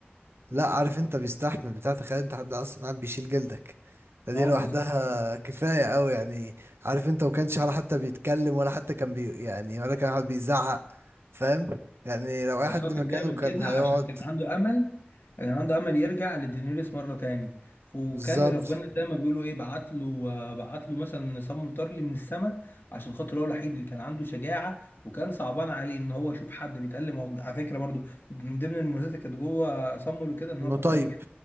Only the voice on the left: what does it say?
اه
بالظبط
بس
هو كان
بيعمل
كده
عشان كان عنده امل كان عنده امل يرجع لدينيريس مره تاني وكان
ربنا زي ما بيقولوا ايه بعت له بعت له مثلا سم مطرلي من السماء عشان خاطر هو الوحيد اللي كان عنده شجاعه وكان صعبان عليه ان هو يشوف حد بيتألم هو على فكره برضو من ضمن المميزات اللي كانت جوه سمو له كده ان
هو كان
طيب جدا